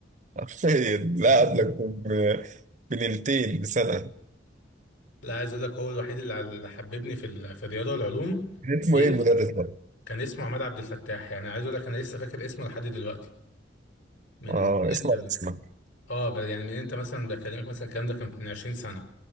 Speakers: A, on the right (about 40°); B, on the left (about 85°).
A: حرفيا لا
B: <laughs>
A: قبلك ب- بنيلتين بسنة
B: لا عايز اقول لك هو الوحيد اللي اللي حببني في ال- في الرياضه والعلوم
A: اسمه
B: مين؟
A: إيه المدرس ده؟
B: كان اسمه عماد عبد الفتاح يعني عايز اقول لك انا لسه فاكر اسمه لحد دلوقتي من
A: أه اسمه
B: انت بك...
A: على اسمك
B: اه ب- يعني من انت مثلا بكلمك مثلا الكلام ده كان من 20 سنة